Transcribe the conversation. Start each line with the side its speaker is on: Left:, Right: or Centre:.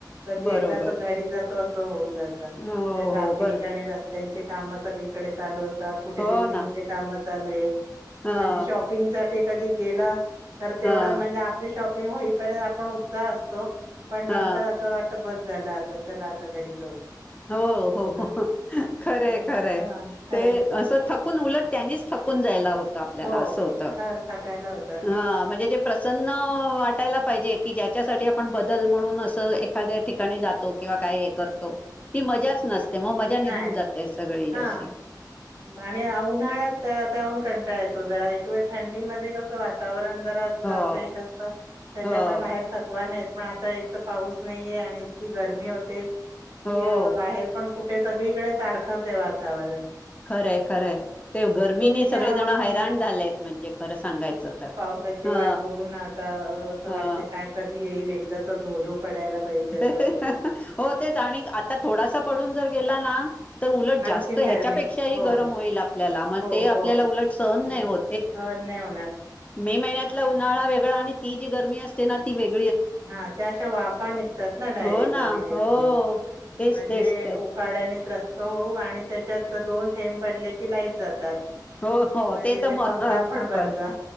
Right: कधी
Left: बरोबर
Right: एकदाच घरी जातो असं होऊन जात त्या
Left: हो
Right: ट्राफिक
Left: हो बरो
Right: आणि रस्त रस्त्याचे काम सगळीकडे चालू असतात. कुठे
Left: हो
Right: बिल्डिंग
Left: ना
Right: चे काम चालू आहे.
Left: हा
Right: म्हणजे शॉपिंग साठी कधी गेलं तर तेवढं
Left: हा
Right: म्हणजे आपली शॉप होईपर्यंत आपण उत्साह असतो पण नंतर
Left: हा
Right: अस वाटत बस बस झाला आता चला आता घरी जाऊ.
Left: हो हो
Right: ह
Left: खरंय
Right: होय
Left: खरंय.
Right: हा खरंच
Left: ते असं थकून उलट त्यांनीच थकून जायला होतं आपल्याला
Right: हो
Left: असं होतं.
Right: खरंच थकायला होतं
Left: हा म्हणजे जे प्रसन्न वाटायला पाहिजे की ज्याच्यासाठी आपण बदल म्हणून असं एखाद्या ठिकाणी जातो किंवा काय हे करतो. ती मजाच नसते मग मजा निघून
Right: नाही
Left: जाते सगळी
Right: हा
Left: अशी.
Right: आणि उन्हाळ्यात त्या त्याहून कंटाळा येतो जरा एक वेळ थंडी मधे कसं वाटते वातावरण जे
Left: हो
Right: फ्रेश असते त्यांच्यामुळे
Left: हो
Right: बाहेर धकवा पण आता एक तर पाऊस नाहीे आणि इतकी गरमी होते
Left: हो
Right: की बाहेर पण कुठे? ते सगळीकडे सारखंच आहे वातावरण.
Left: खरंय, खरंय ते गर्मीनी
Right: तुम्ही
Left: सगळे
Right: अ
Left: जण हैराण झालेत म्हणजे खरं सांगायचं तर
Right: साची
Left: ह
Right: वाट बघून आता अस
Left: ह
Right: वाटते काय कधी येईल एकदाचा धोधो पडायला पाहिजे असं
Left: हह
Right: वाटतंय
Left: हह हाह हो तेच आणि आता थोडासा पडून पडून जर गेला ना उलट
Right: आणखीन
Left: जास्त ह्याच्यापेक्षाही
Right: गरमी हो
Left: गरम होईल आपल्याला ते
Right: हो
Left: उलट आपल्याला
Right: हो
Left: सहन
Right: हं,
Left: नाही हो
Right: सहन नाही होणार
Left: मे महिन्यात उन्हाळा वेगळं आणि ती जी गरमी असते ना ती वेग
Right: हा त्या अशा वाफा निघतात. डायरेक्ट
Left: हो ना
Right: जमिनीतून
Left: हो तेच
Right: म्हणजे
Left: तेच तेच
Right: उखाड्यात त्रस्त होउ आणि त्यांच्यात दोन थेंब पडले की लाईट जातात.
Left: हो हो
Right: म्हणजे
Left: तर
Right: ते
Left: म
Right: पंखा पण
Left: खूपच
Right: बंद